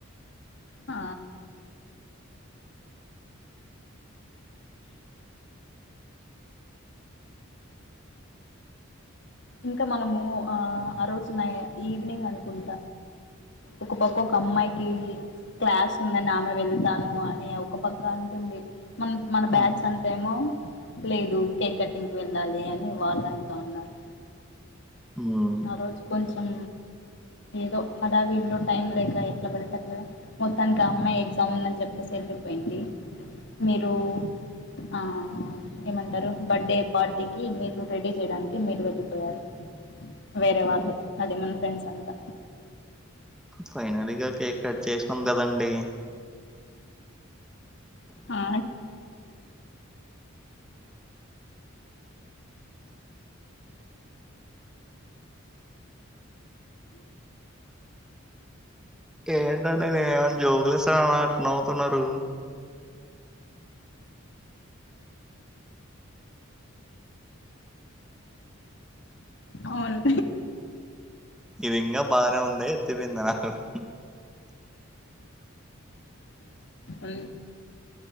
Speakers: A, on the left; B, in the centre.
A: హ ఇంక మనము ఆ ఆ రోజు నై ఈవినింగ్ అనుకుంట ఒక పక్క ఒక అమ్మాయికి క్లాస్ ఉందని ఆమె వెళ్తాను అని ఒక పక్క అంటుంది మన మన బ్యాచ్
B: ఉమ్
A: అంతేమో లేదు కేక్ కటింగ్కి వెళ్ళాలి అని వాళ్ళు అంటా ఉన్నారు
B: ఉమ్
A: ఆ రోజు కొంచెం ఏదో హడావిడిలో టైం లేక ఎట్ల పడితే అట్ల మొత్తానికి ఆ అమ్మాయి ఎగ్జామ్ ఉందని చెప్పేసి వెళ్ళిపోయింది మీరు ఆ ఏమంటరు బర్త్డే పార్టీకి మీరు రెడీ చేయడానికి మీరు వెళ్ళిపోయారు వేరే వాళ్ళు అదే మన ఫ్రెండ్స్ అంతా
B: ఫైనల్గా కేక్ కట్ చేసినం కదండి
A: ఆ
B: ఏంటండి నేనే ఏమనా జోకులు ఏస్తున్నానా అట్ల నవ్వుతున్నరు
A: అవును
B: <unintelligible> బానే ఉంది <unintelligible>
A: అ